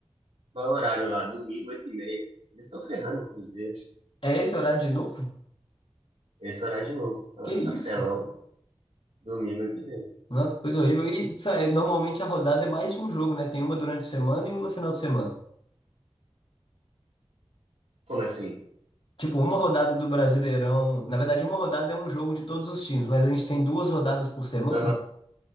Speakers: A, on the right; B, on the left.
A: Qual é o horário lá? Domingo, oito e meia. Eles estão ferrando o Cruzeiro.
B: É esse horário de novo?
A: Esse horário de novo. Ah,
B: Que isso?
A: Castelão, domingo, oito e meia.
B: Não, que coisa horrível. E sabe, é, normalmente a rodada é mais de um jogo, né? Tem uma durante a semana e uma no final de semana.
A: Como assim?
B: Tipo, uma rodada do Brasileirão. Na verdade, uma rodada é um jogo de todos os times, mas a gente tem duas rodadas por semana.
A: Aham.